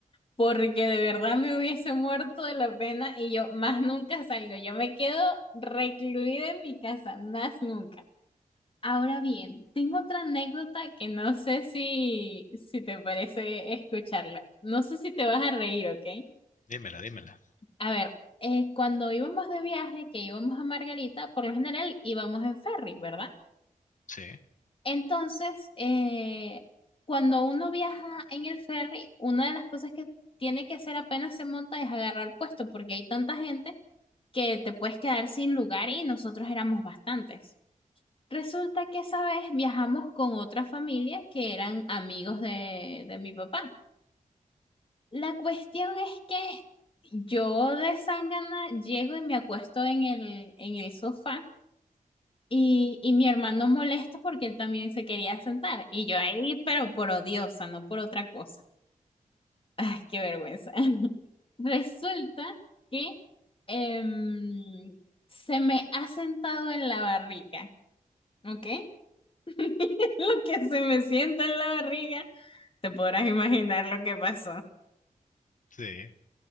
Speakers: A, on the left; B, on the left.
A: Porque de verdad me hubiese muerto de la pena y yo más nunca salgo. Yo me quedo recluida en mi casa, más nunca. Ahora bien, tengo otra anécdota que no sé si, si te parece escucharla. No sé si te vas a reír, ¿ok?
B: Dímela, dímela.
A: A ver, eh, cuando íbamos de viaje, que íbamos a Margarita, por lo general íbamos en ferry, ¿verdad?
B: Sí,
A: Entonces, eh, cuando uno viaja en el ferry, una de las cosas que tiene que hacer apenas se monta es agarrar puesto, porque hay tanta gente que te puedes quedar sin lugar y nosotros éramos bastantes. Resulta que esa vez viajamos con otra familia que eran amigos de, de mi papá. La cuestión es que yo de Sangana llego y me acuesto en el, en el sofá y, y mi hermano molesto porque él también se quería sentar. Y yo ahí, pero por odiosa, no por otra cosa. Ay, qué vergüenza. <laughs> Resulta que em, se me ha sentado en la barriga, ¿ok? <laughs> Lo que se me sienta en la barriga, te podrás imaginar lo que pasó.
B: sí.